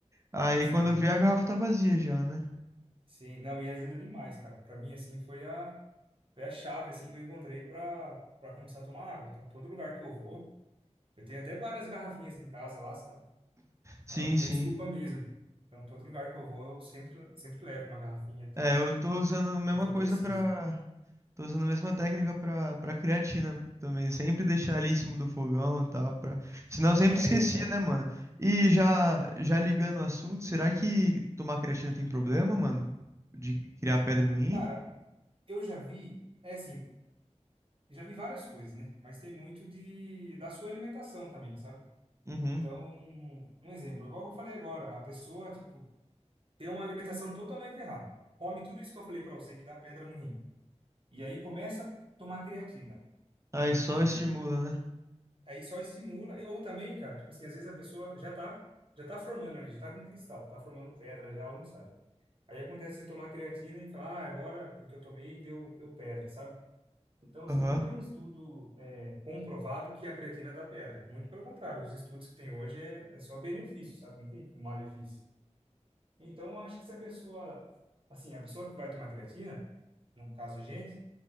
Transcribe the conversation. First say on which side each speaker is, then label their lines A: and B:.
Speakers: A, on the right; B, on the right.
A: Aí
B: Sim,
A: quando vê, a garrafa tá vazia já, né?
B: sim. Não, e ajuda demais, cara. Pra mim, assim, foi a, foi a chave, assim, que eu encontrei pra, pra começar a tomar água. Então, todo lugar que eu vou, eu tenho até várias garrafinhas em casa lá, sabe?
A: Sim,
B: Pra não ter
A: sim.
B: desculpa mesmo. Então, todo lugar que eu vou, eu sempre, sempre levo uma garrafinha e tal,
A: É, eu tô usando a mesma
B: porque eu
A: coisa
B: preciso.
A: pra. Tô usando a mesma técnica pra, pra creatina também. Sempre deixar ali em cima do fogão e tal. Pra... Senão eu sempre
B: É,
A: esquecia,
B: então.
A: né, mano? E já, já ligando o assunto, será que tomar creatina tem problema, mano? De criar pedra no rim?
B: Cara, eu já vi, é assim, já vi várias coisas, né? Mas tem muito de da sua alimentação também, sabe?
A: Uhum.
B: Então, um exemplo, igual eu falei agora, a pessoa, tipo, tem uma alimentação totalmente errada. Come tudo isso que eu falei pra você que dá pedra no rim. E aí começa a tomar creatina. E
A: Aí só estimula, né?
B: aí só estimula, e- ou também, cara, tipo assim, às vezes a pessoa já tá já tá formando ali, já tá com cristal, tá formando pedra já, ela não sabe. Aí acontece de tomar creatina e falar, ah, agora porque eu tomei deu deu pedra, sabe? Então, assim,
A: Aham.
B: não tem um estudo é, comprovado que a creatina dá pedra. Muito pelo contrário, os estudos que tem hoje é, é só benefício, sabe? Não tem tipo, malefício. Então, eu acho que se a pessoa, assim, a pessoa que vai tomar creatina, no caso a gente,